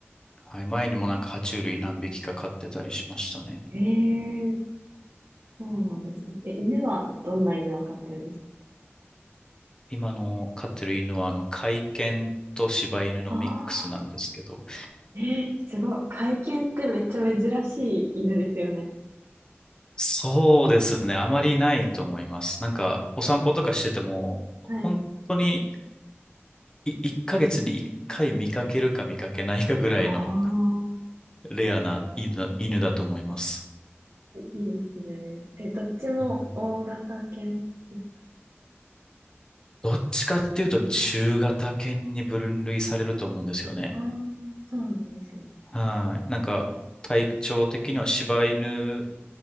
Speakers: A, on the left; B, on the right.
A: はい。前にもなんか爬虫類何匹か飼ってたりしましたね。
B: えー、そうなんですね。え、犬はどんな犬を飼ってるんですか
A: 今の飼ってる犬はあの、甲斐犬と柴犬のミックスなんですけど、
B: ああー、えー、すごい。甲犬ってめっちゃ珍しい犬ですよね。
A: そうですね。あまりないと思います。なんか、お散歩とかしてても、
B: はい。
A: 本当にい1ヶ月に1回見かけるか見かけないかぐらいの
B: ああ
A: レアな犬、犬だと思います。
B: いいですね。え、どっちも大型犬です
A: はいどっちかっていうと、中型犬に分類されると思うんですよね。
B: ああ、そうなんですね。
A: はい。なんか、体長的には柴犬